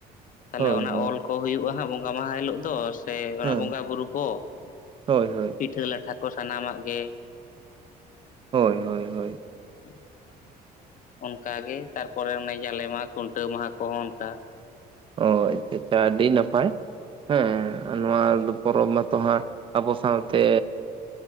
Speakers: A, on the left; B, on the right.
A: ᱛᱟᱦᱚᱞᱮ
B: ᱦᱳᱭ
A: ᱚᱱᱟ
B: ᱦᱳᱭ
A: ᱚᱞ ᱠᱚ ᱦᱩᱭᱩᱜ-ᱟ ᱦᱟᱸᱜ ᱵᱚᱸᱜᱟ ᱢᱟᱦᱟ ᱦᱤᱞᱳᱜ ᱫᱚ ᱥᱮ ᱚᱱᱟ
B: ᱦᱮᱸ
A: ᱵᱚᱸᱜᱟ ᱵᱩᱨᱩ ᱠᱚ
B: ᱦᱳᱭ ᱦᱳᱭ
A: ᱯᱤᱴᱷᱟᱹ ᱞᱟᱴᱷᱟ ᱠᱚ ᱥᱟᱱᱟᱢᱟᱜ ᱜᱮ
B: ᱦᱳᱭ ᱦᱳᱭ ᱦᱳᱭ
A: ᱦᱮᱸ ᱚᱱᱠᱟᱜᱮ ᱛᱟᱨᱯᱚᱨᱮ ᱚᱱᱮ ᱡᱟᱞᱮ ᱢᱟᱦᱟ ᱠᱷᱩᱱᱴᱟᱹᱣ ᱢᱟᱦᱟ ᱠᱚᱦᱚᱸ ᱚᱱᱠᱟ
B: ᱚ ᱟᱪᱪᱷᱟ ᱟᱪᱪᱷᱟ ᱟᱹᱰᱤ ᱱᱟᱯᱟᱭ ᱦᱮᱸ ᱱᱚᱣᱟ ᱯᱚᱨᱚᱵᱽ ᱢᱟᱛᱚ ᱦᱟᱸᱜ ᱟᱵᱚ ᱥᱟᱶᱛᱮᱻᱻ